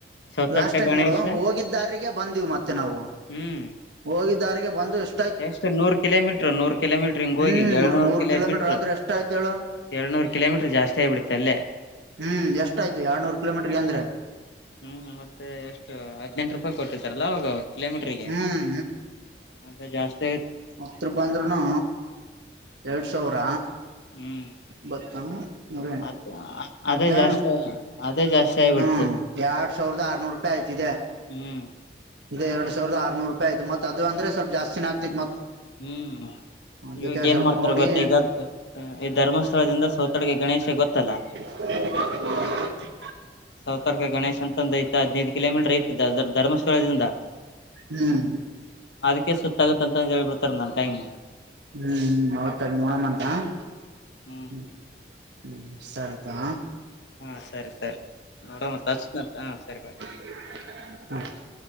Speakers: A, on the left; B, on the right.
A: ಸೌತಡ್ಕ
B: ಲಾಸ್ಟ್ ಟೈಮ್
A: ಗಣೇಶ
B: ನೋಡು ಹೋಗಿದ್ದಾರಿಗೆ ಬಂದೀವು ಮತ್ತೆ ನಾವು.
A: ಹ್ಮ್
B: ಹೋಗಿದ್ದಾರಿಗೆ ಬಂದುಷ್.
A: ಎಷ್ಟು ನೂರ್ ಕಿಲೋಮೀಟ್ರ ನೂರ್ ಕಿಲೋಮೀಟ್ರ ಹಿಂಗ
B: ಹ್ಮ್
A: ಹಿ್ ಎರಡ್ನೂ
B: ನೂರ್
A: ಕಿಲೋಮೀಟ್ರ್
B: ಕಿಲೋಮೀಟರ್ ಅಂದ್ರೆ <unintelligible>
A: ಎರಡುನೂ ಕಿಲೋಮೀಟರ್ ಜಾಸ್ತಿ ಆಿಬಿುತ್ತೆ ಅೇ
B: ಹ್ಮ್ ಎಷ್ಟ ಆಯ್ತು ಎಡ್ನೂ ಕಿೋಮೀಟರ್ ಅಂದೆ
A: ಹ್ಮ್ ಮತ್ತೆ ಎಷ್ಟು ಹದ್ಿನೆಂಟು ರೂಪಾಯಿ ಕೊಟ್ಟಿತ್ತಾರಲ್ಲ ಅವಾಗ ಕಿಲೋಮೀಟ್ರಿಗೆ
B: ಹ್ಮ್
A: ಅಂತ ಜಾಸ್ತ
B: ಹತ್ತು ರೂಪಾಯಿ ಅಂದ್ರೂನು ಎರಡು ಸಾವಿರ
A: ಹ್ಮ್
B: ಬತ್ತ ನ
A: ಅದ್ ಅದೇ
B: ಮತ್ತೆ
A: ಜಾಸ್ತಿ ಅದೇ ಜಾಸ್ತಿ ಆಗಿಬಿಡ್ತು
B: ಹ್ಮ ಎರಡ್ ಸಾವಿರದ ಆರ್ನೂರು ಆಯತಿದೆ
A: ಹ್ಮ್
B: ಇ ಎರಡ್ ಸಾವಿದ ಆರ್ೂರು ರೂಪಾಯ ಆಯ್ ಮತ್ ಅಂದ್ರ ಸ್ವಲ್ಪ ಜಸ್ಿನ ಆಗ್ತಿತ್
A: ಹ್ಮ್
B: ಅದಕ್ಕೆ
A: ಇವಾಗ ಏನ್
B: ಸ್ವಲ್ಪ
A: ಮಾಡ್ತಾರ
B: ನೋಡಿ
A: ಗೊತ್ತ ಈಗಾದ ಈ ಧರ್ಮಸ್ಥಳದಿಂದ ಸೌತಡಗೆ ಗಣೇಶ ಗೊತ್ತಲ್ಲಾ
B: <unintelligible>
A: ಸತರ್ಕ ಗಣೇಶ ಹಂತತ್ರದ ಹಿತ ಹದಿನೈದುಕ್ಕೆ ಕಿಲೋಮೀಟರ್ ಏ ಧರ್ಮಸ್ಥಳ ಇದ್ರಿಂದ
B: ಹ್ಮ್
A: ಅದಕ್ಕೆ ಸುತ್ತಾಗುತ್ತ ಅಂತ ಹೇಳ್ಬಿಡ್ತಾರೆ ನಾನನ್ ಟೈಮ್
B: ಹ್ಮ್ ಹೌತದ ನೋಡ ಮಂತ ಹ್ಮ
A: ಹ್ಮ್
B: ಹ್ಮ ಸರಿದಾ
A: ಹಾ ಸರಿ ಸರಿ ನೋಡೋ ಮತ್ತ ಹಚ್ ಹಾ ಸರಿ ಬಾಯ್
B: ಹ್ಮ